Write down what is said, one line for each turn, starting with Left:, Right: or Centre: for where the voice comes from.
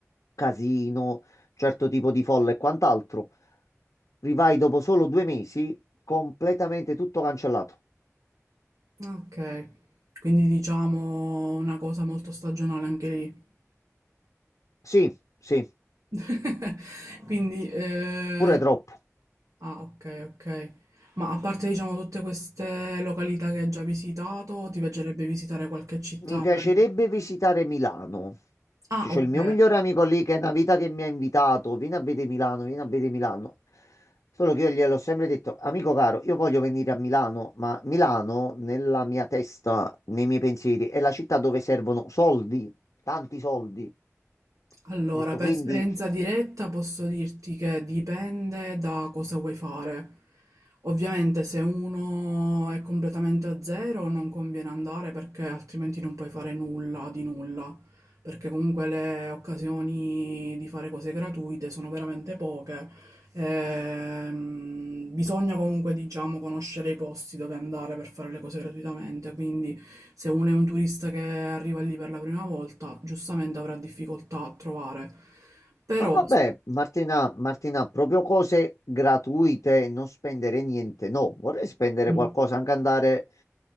Left: casino, un certo tipo di folla e quant'altro. Rivai dopo solo due mesi, completamente tutto cancellato.
Right: Ok. Quindi diciamo una cosa molto stagionale anche lì.
Left: Sì, sì,
Right: <laughs> Quindi, eh,
Left: pure troppo.
Right: ah, ok, ok. Ma a parte, diciamo, tutte queste località che hai già visitato, ti piacerebbe visitare qualche città?
Left: Mi piacerebbe
Right: magari?
Left: visitare Milano,
Right: Ah,
Left: che
Right: ok.
Left: c'ho il mio migliore amico lì che è una vita che mi ha invitato, vieni a vedere Milano, vieni a vedere Milano. Solo che io gliel'ho sempre detto, amico caro, io voglio venire a Milano, ma Milano nella mia testa, nei miei pensieri, è la città dove servono soldi, tanti soldi. Ho
Right: Allora,
Left: Detto
Right: per
Left: quindi,
Right: esperienza diretta posso dirti che dipende da cosa vuoi fare. Ovviamente se uno è completamente a zero non conviene andare perché altrimenti non puoi fare nulla di nulla. perché comunque le occasioni di fare cose gratuite sono veramente poche. Ehm, bisogna comunque, diciamo, conoscere i posti dove andare per fare le cose gratuitamente, quindi se uno è un turista che arriva lì per la prima volta, giustamente avrà difficoltà a trovare. Però,
Left: no vabbè, Martina, Martina, proprio cose gratuite, non spendere niente, no, vorrei spendere
Right: mm,
Left: qualcosa, anche andare